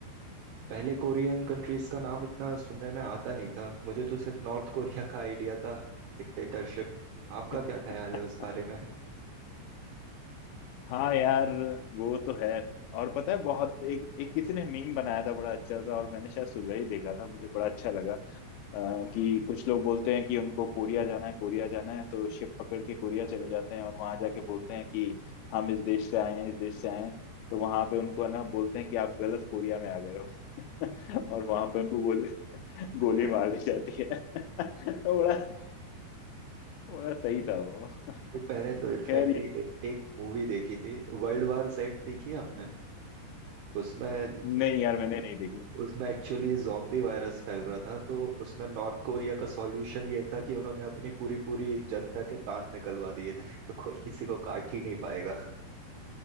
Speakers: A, on the right (about 70°); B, on the left (about 85°).
A: पहले कोरियन कंट्रीज का नाम इतना सुनने में आता नहीं था मुझे तो सिर्फ नॉर्थ कोरिया का आइडिया था डिक्टेटरशिप आपका
B: है
A: क्या
B: <laughs>
A: ख्याल है उस बारे में
B: हाँ यार वो तो है और पता है बहुत एक एक किसी ने मीम बनाया था बड़ा अच्छा सा और मैंने शायद सुबह ही देखा था मुझे बड़ा अच्छा लगा अ, कि कुछ लोग बोलते हैं कि उनको कोरिया जाना है कोरिया जाना है तो शिप पकड़ के कोरिया चले जाते हैं और वहां जाके बोलते हैं कि हम इस देश से आए हैं इस देश से आए हैं तो वहां पे उनको है ना बोलते हैं कि आप गलत कोरिया में आ गए हो <laughs> और वहां पे उनको गोली
A: <laughs>
B: गोली मार दी जाती है <laughs> तो बड़ा बड़ा सही था वो <laughs> खैर
A: मैंने तो इनफैक्ट
B: ये-
A: एक मूवी देखी थी वर्ल्ड वार जेड देखी है आपने उसमें
B: नहीं यार मैंने नहीं देखी
A: उसमें एक्चुअली zombie वायरस फैल रहा था तो उसमें नॉर्थ कोरिया का सॉल्यूशन ये था कि उन्होंने अपनी पूरी पूरी जनता के दांत निकलवा दिए थे <laughs> तो कोई किसी को काट ही नहीं पाएगा